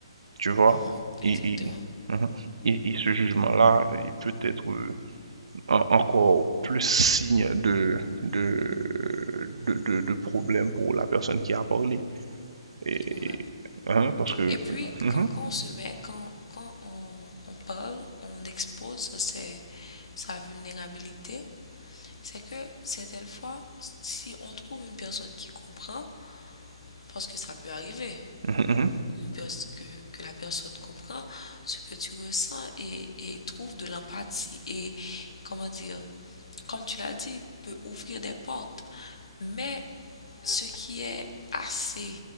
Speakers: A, on the right; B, on the left.
A: tu vois.
B: Mhm.
A: Et,
B: exactement.
A: et, mhm. Et- et ce jugement-là, il peut être euh, en- encore plus signe de, de, de, de- de problème pour la personne qui a parlé. Et,
B: Ouais.
A: hein, parce que...
B: Et puis,
A: mhm,
B: quand, quand on se met, quand, quand on, on parle, on expose ses- sa vulnérabilité, c'est que certaines fois, si on trouve une personne qui comprend, parce que ça peut arriver,
A: mhm,
B: une pers- que, que la personne comprend ce que tu ressens et, et trouve de l'empathie et, comment dire, comme tu l'as dit, peut ouvrir des portes. Mais Ce qui est assez